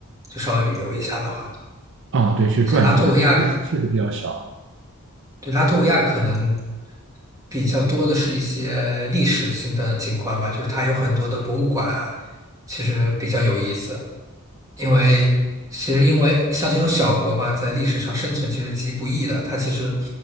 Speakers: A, on the right; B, on the right.
A: 就稍微旅游一下的话，
B: 啊、对，去转一转，
A: 像拉脱维亚，
B: 确实确实比较小。
A: 对，拉脱维亚可能比较多的是一些历史性的景观吧，就是它有很多的博物馆啊其实比较有意思。因为其实因为像这种小国嘛，在历史上生存其实极不易的，它其实